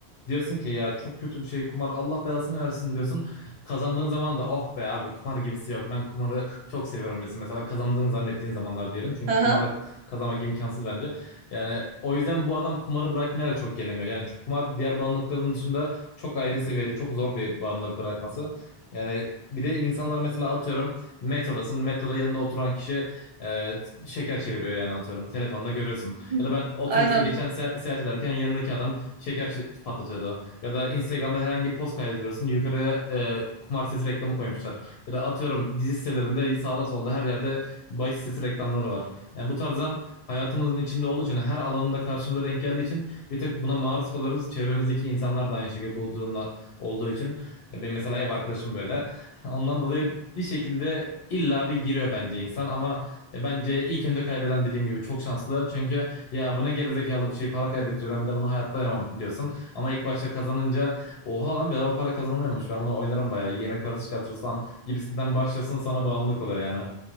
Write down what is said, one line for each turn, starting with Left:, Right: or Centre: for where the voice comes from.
Left: diyorsun ki ya çok kötü bir şey kumar Allah belasını versin diyorsun. Kazandığın zaman da oh be abi kumar gibisi yok. Ben kumarı çok seviyorum diyorsun. Mesela kazandığını zannettiğin zamanlar diyelim. Çünkü
Right: Hı
Left: kumarda
Right: hı.
Left: kazanmak imkansız bence. Yani o yüzden bu adam kumarı bırakmaya da çok gelemiyor. Yani şu kumar diğer bağımlılıkların dışında çok ayrı seviyede çok zor bir bağımlılık bırakması. Yani bir de insanlar mesela atıyorum metrodasın. Metroda yanında oturan kişi e, şeker çeviriyor yani atıyorum. Telefonda görürsün. Ya
Right: <laughs>
Left: da ben otobüste
Right: Aynen.
Left: geçen se- seyahat ederken yanındaki adam şeker çe- patlatıyordu. Ya da Instagram'da herhangi bir post kaydediyorsun. Yukarıya e, kumar sitesi reklamı koymuşlar. Ya da atıyorum dizi sitelerinde sağda solda her yerde bahis sitesi reklamları var. Yani bu tarzdan hayatımızın içinde olduğu için her alanında karşımıza denk geldiği için bir tık buna maruz kalırız. Çevremizdeki insanlar da aynı şekilde bu durumda olduğu için. E, Benim mesela ev arkadaşım böyle. <laughs> Ondan dolayı bir şekilde illa bir giriyor bence insan ama e, bence ilk önce kaybeden dediğim gibi çok şanslı. Çünkü ya bu ne gerizekalı bir şey para kaybettiriyor ben bir de bunu hayatta oynamam diyorsun. Ama ilk başta kazanınca oha lan bedava para kazanılıyormuş ben bunu oynarım bayağı yemek parası çıkartırız falan gibisinden başlasın sana bağımlılık oluyor yani.